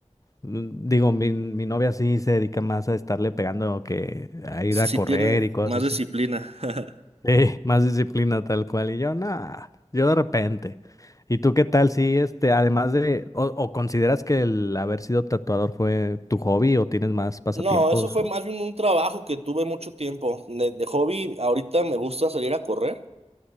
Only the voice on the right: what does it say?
Sí,
sí
tiene
más disciplina.
<laughs>
No, eso fue
más bien un trabajo que tuve mucho tiempo. De, de hobby, ahorita me gusta salir a correr.